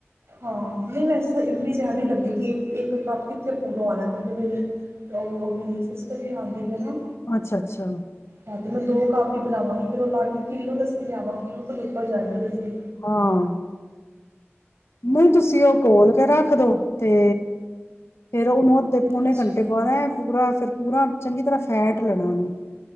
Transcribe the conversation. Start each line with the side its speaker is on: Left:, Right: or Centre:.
Right: ਹਾਂ ਨਈ ਵੈਸੇ ਇਡਲੀ ਜਾਦਾ ਈ ਲਗੇਗੀ ਇੱਕ ਇਕ ਕੱਪ ਕਿੱਥੇ ਪੂਰਾ ਹੋਨਾ ਐ। ਕਿਉਂਕਿ ਮੇਰੀ ਓ ਉ ਮੇਰੀ ਸਿਸਟਰ ਵੀ ਆਨ <unintelligible>
Left: ਅੱਛਾ-ਅੱਛਾ
Right: ਰਾਤੀ ਮੈਂ ਦੋ ਕੱਪ ਬਨਾਵਾਂਗੀ ਫੇਰ ਉਹ ਲੱਗ ਈ ਕਿੱਲੋ ਦੱਸੀ ਲਿਆਵਾਂ ਕਿੱਲੋ ਤੋ ਉਹ <unintelligible> ਲਸੀ।
Left: ਹਾਂ ਨਹੀਂ ਤੁਸੀਂ ਉਹ ਕੋਲ ਕੇ ਰੱਖ ਦੋ। ਤੇ ਫੇਰ ਉਹਨੂੰ ਅਧ ਅੱਧੇ ਪੌਣੇ
Right: ਅੱਛਾ
Left: ਘੰਟੇ ਬਾਦ ਐ ਪੂਰਾ ਅਸਰ ਪੂਰਾ ਚੰਗੀ ਤਰ੍ਹਾਂ ਫੈਟ ਲੈਣਾ ਉਹਨੂੰ